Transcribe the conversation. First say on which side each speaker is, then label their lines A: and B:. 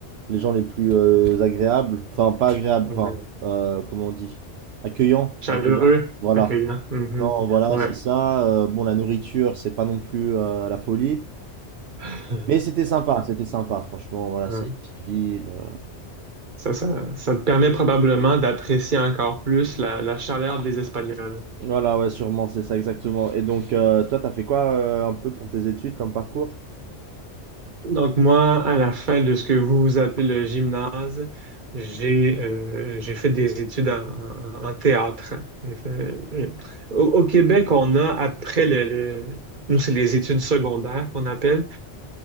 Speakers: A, on the right (about 70°); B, on the right (about 45°).
A: les gens les plus euh, agréables. Enfin, pas agréables,
B: ouais.
A: enfin, euh, comment on dit? Accueillants,
B: Chaleureux,
A: accueillants. Voilà.
B: accueillant. Mhm.
A: Non, voilà,
B: Ouais.
A: c'est ça. Euh, bon, la nourriture, c'est pas non plus euh, la folie.
B: <laughs>
A: Mais c'était sympa, c'était sympa, franchement. Voilà,
B: Ouais.
A: c'est une petite ville. euh.
B: Ça, ça, ça te permet probablement d'apprécier encore plus la, la chaleur des Espagnols.
A: Voilà, ouais, sûrement, c'est ça exactement. Et donc, euh, toi, t'as fait quoi euh, un peu pour tes études comme parcours?
B: Donc moi, à la fin de ce que vous vous appelez le gymnase, j'ai euh, j'ai fait des études en, en- en théâtre. J'ai fait- euh, au, au Québec, on a après le, le- nous c'est les études secondaires qu'on appelle.